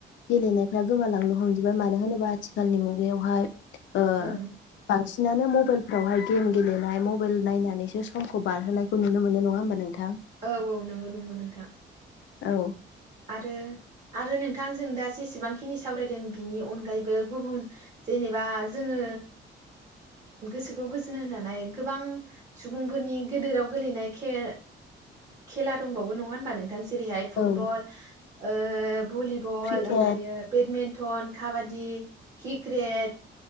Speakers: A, on the left; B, on the right.
A: गेलेनाय फ्रा गोमालांनो हमजोबबाय मानो होनोबा आथिखालनि मुगायावहाय ओ
B: ओं
A: बांसिनानो मबाइलफ्रावहाय गेम गेलेनाय मबाइल नायनानैसो समखौ बारहोनायखौ नुनो मोनो नङा होमबा नोंथां
B: औ औ नंगौ नंगौ नोंथां
A: औ
B: आरो आरो नोंथां जों दा जेसेबांखिनि सावरायदों बिनि अनगायैबो गुबुन जेनेबा जोङो गोसोखौ गोजोन होनो हानाय गोबां सुबुंफोरनि गोदोराव गोेलैनाय खेला दंबावो नङा होनबा नोंथ जेरैहाय फुटबल
A: औ
B: ओ भलिबल
A: क्रिकेट
B: ओमफायो बेथ मेन मेन्टन काबाादि क्रिक्रेट